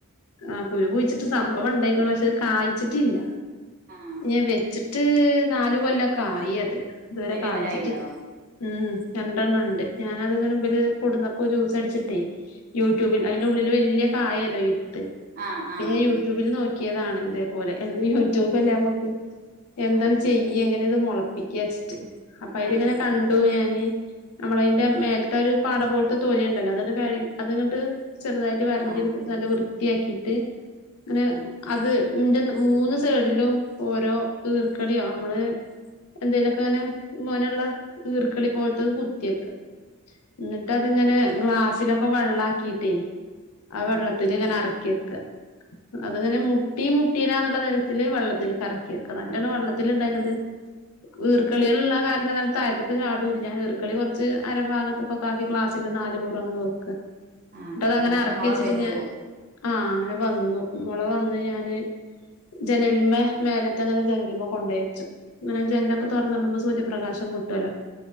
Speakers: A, on the left; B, on the right.
A: ആ കുരു കുഴിച്ചിട്ട് സംഭവം ണ്ടായിക്ണ് പക്ഷെ ത് കായിച്ചിട്ടില്ല
B: ആഹ്
A: ഞ വെച്ചിട്ട് റ്റ് നാല് കൊല്ലൊക്കെ ആയി അത് ഇതുവരെ
B: വലിയ
A: കാഴ്ചിട്ടിൽ
B: മരായിണ്ടോ
A: ഉം രണ്ടെണ്ണം ണ്ട് ഞാനത്ങ്ങനെ ബല് കൊട്ന്നപ്പോ ജ്യൂസ് അടിച്ചിട്ടേ യൂട്യൂബിൽ അയിന്റെ ഉള്ളിൽ വൽ ല്യ കായല്ല വി ത്ത്
B: ആഹ് ആഹ്
A: പിന്നെ യൂട്യൂബില് നോക്കി ട്ട്യതാണ് തേപോലെ എന്തെയ്യും റ്റൂബെല്ലെമുക്ക് എന്തന്ന്
B: ആഹ്
A: ചെയ്യ ഞൻ ട്ട്യത് മൊളപ്പിക്ക്യാച് അപ്പൊ
B: ഉം
A: അയിലങ്ങനെ കണ്ടു ഞാന് നമ്മളതിന്റെ മേല്ത്തെ ഒരു പാടപോലത്തെ തോലിയുണ്ടല്ലോ അതണ്ട് കഴി അതങ്ങ്ട്ട് ചെറുതായിട്ട് വരണ്ടി
B: ആഹ്
A: എടുത്തിട്ട് നല്ല വൃത്തി വൃത്തിയാക്കിട്ട് അങ്ങനെ
B: ആഹ്
A: അത് എന്റെ മൂന്ന് സൈഡിലും ഓരോ ഈർക്കളിയോ നമ്മള് എന്തെലൊക്കെ ഇങ്ങനെ മൊനയുള്ള ഈർക്കളി പോലത്തത് കുത്തിയക്കാ എന്നിട്ടതിങ്ങനെ ഗ്ലാസ്സിലൊക്കെ വെള്ളാക്കിട്ടേ ആ
B: ആഹ്
A: വെള്ളത്തിലിങ്ങനെ ഇറക്ക് ക്കിവെക്ക അതിങ്ങനെ മുട്ടീ മുട്ടീലാന്നുള്ള തരത്തില് വെള്ളത്തില് കറ ക്ക് നല്ലതെന്നാ
B: ആഹ്
A: വെള്ളത്തിലിടായിരുന്നത് ഈർക്കളിള്ള കാരണം താഴത്തക്ക് ചാടൂല്ല ഈർക്കളി കുറച്ച് അരഭാഗത്തൊക്കെ ആക്കി ക്ലാസ്സിന്റെ നാല് മൂറ അങ്ങനെ വെക്കുക എന്നിട്ടതങ്ങനെ
B: ആഹ് അങ്ങനെ
A: ഇറക്കി
B: മൊള
A: വെച്ചിട്ടിങ്ങനെ
B: വരുവോ
A: ആ അങ്ങനെ വന്നു മുള വന്ന് ഞാന് ജനലിമ്മേ മേലത്തെങ്ങനെ ജനലിമേ കൊണ്ടോച്ചു അങ്ങനെ ജനലൊക്കെ തുറന്നിടുമ്പോ സൂര്യപ്രകാശം കിട്ടുവല്ലോ